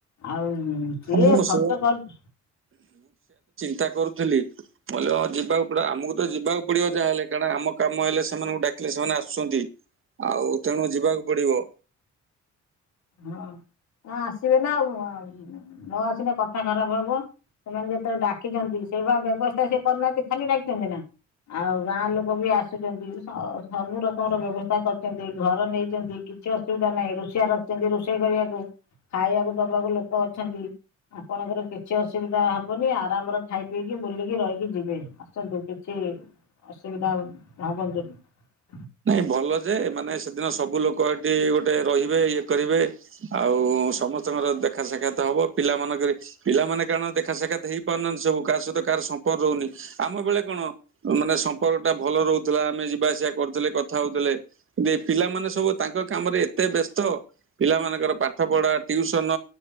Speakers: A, on the left; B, on the right.
A: ଆଉ ସିଏ
B: ମୁଁ
A: ଖର୍ଚ୍ଚ
B: ସେ
A: କରି
B: ଚିନ୍ତା କରୁଥିଲି କହିଲ ଯିବାକୁ ପଡିବ ଆମକୁ ତ ଯିବାକୁ ପଡିବ ଯାହା ହେଲେ କାରଣ ଆମ କାମ ହେଲେ ସେମାନଙ୍କୁ ଡାକିଲେ ସେମାନେ ଆସୁଛନ୍ତି। ଆଉ ତେଣୁ ଯିବାକୁ ପଡିବ।
A: ହଁ ନା ଆସିବେ ନା ନ ଆସିଲେ କ ଥା ଖରାପ ହବ ସେମାନେ ଯେତେବେଳେ ଡାକିଛନ୍ତି ସେଇ ବା ବ୍ୟବସ୍ଥା ସେ କରିନାହାନ୍ତି ଖାଲି ଡାକିଛନ୍ତି ନା ଆଉ ଗାଁ ଲୋକ ବି ଆସୁଛନ୍ତି ସବୁ ର ର ବ୍ୟବସ୍ଥା କରିଛନ୍ତି ଘର ନେଇଛନ୍ତି କିଛି ଅସୁବିଧା ନାହିଁ ରୋଷେଇଆ ରଖିଛନ୍ତି ରୋଷେଇ କରିବାକୁ। ଖାଇବାକୁ ଦବାକୁ ଲୋକ ଅଛନ୍ତି। ଆପଣଙ୍କର କିଛି ଅସୁବିଧା ହବନି ଆରାମରେ ଖାଇ ପିଇକି ବୁଲିକି ରହିକି ଯିବେ। ଆସନ୍ତୁ କିଛି ଅସୁବିଧା ଭାବନ୍ତୁନି।
B: ନାଇଁ ଭଲ ଯେ ମାନେ ସେ ଦିନ ସବୁ ଲୋକ ଏଠି ଗୋଟେ ରହିବେ ଇଏ କରିବେ। ଆଉ ସମସ୍ତଙ୍କର ଦେଖା ସାକ୍ଷାତ ହବ ପିଲା ମାନଙ୍କରି ପିଲାମାନେ କାରଣ ଦେଖା ସାକ୍ଷାତ ହେଇ ପାରୁନାହାନ୍ତି ସବୁ କାହା ସହିତ କାହାର ସମ୍ପର୍କ ରହୁନି ଆମ ବେଳେ କଣ ମାନେ ସମ୍ପର୍କ ଟା ଭଲ ରହୁଥିଲା ଆମେ ଯିବା ଆସିବା କରୁଥିଲେ କଥା ହଉଥିଲେ ପିଲାମାନେ ସବୁ ତାଙ୍କ କାମରେ ଏତେ ବ୍ୟସ୍ତ ପିଲାମାନଙ୍କର ପାଠ ପଢା ଟିଉସନ